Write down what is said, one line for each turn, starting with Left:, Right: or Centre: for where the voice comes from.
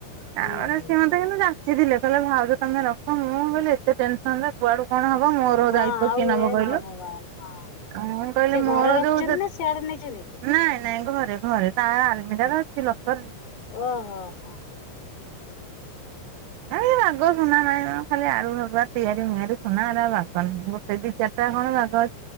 Right: ତା'ପରେ
Left: ହୁଁ ହୁଁ
Right: ସେ ମତେ କିନ୍ତୁ ଯାଚିଥିଲେ। କହିଲେ ଭାଉଜ ତମେ ରଖ। ମୁଁ କହିଲି ଏତେ ଟେନ୍ ସନରେ କୁଆଡୁ କଣ ହବ? ମୋର
Left: ହଁ
Right: ଦାୟୀ ହୋଉ
Left: ଆଉ
Right: କିଏ ନବ
Left: ଏ
Right: କଇଲୁ?
Left: ଭଗବାନ ହଁ।
Right: ଆଉ ମୁଁ କଇଲି
Left: ସେ
Right: ମୋର
Left: ଘରେ ରଖିଛନ୍ତି
Right: ଯଉ ଜେ
Left: ନା ସିଆଡେ ନେଇଛନ୍ତି?
Right: ନାଇଁ ନାଇଁ ଘରେ ଘରେ। ତା' ଆ-ଆଲମିରା ରେ ଅଛି, ଲକର୍ ରେ।
Left: ଓହୋ, ହଁ, ହଁ।
Right: ଏଇବା ବାଗ ସୁନା ନାହିଁ ମ। ଖାଲି ଆଳୁ ହେବା ତିଆରି ମିଆରି ସୁନା ହେରା ବାଗ ନାହିଁ। ଗୋଟେ, ଦି, ଚାର ଟା, କଣ ବାଗ ଅଛି।